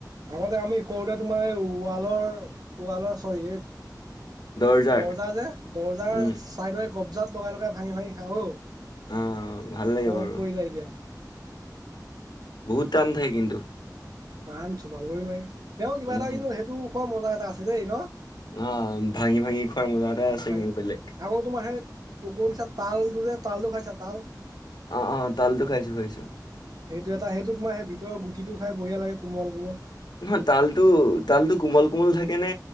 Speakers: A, on the right (about 60°); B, on the left (about 75°).
A: আগতে আমি সৰুতে তোমাৰ এই ৱালৰ ওৱালৰ চৰি এত
B: দৰজাৰ
A: দৰ্জা যে দৰ্জাৰ
B: উম
A: চাইদৰ এ কবজাত লগাই লগাই ভাঙি ভাঙি খাওঁ অ।
B: অঁ ভাল লাগে
A: মনত
B: বাৰু,
A: পৰি যায় এতিয়া
B: বহুত টান থাকে কিন্তু।
A: টান চোবাবই নোৱাৰি। তেওঁ কিবা
B: উম
A: এটা কিন্তু সেইটো খোৱা মজা এটা আছে দেই ন।
B: অঁ ভাঙি ভাঙি খোৱাৰ মজা এটা
A: ভাঙি
B: আছে
A: ভাঙি
B: কিন্তু বেলেগ।
A: আকৌ তোমাৰ সেই তোকৌ নিচনা তাল যে তালটো খাইছা তাল?
B: অঁ অঁ তালটো খাইছো খাইছো।
A: সেইটো এটা সেইটো তোমাৰ ভিতৰৰ গুটিটো খাই বঢ়িয়া লাগে কোমল কোমল।
B: নহয় তালটো, তালটো কোমল- কোমল থাকে নে?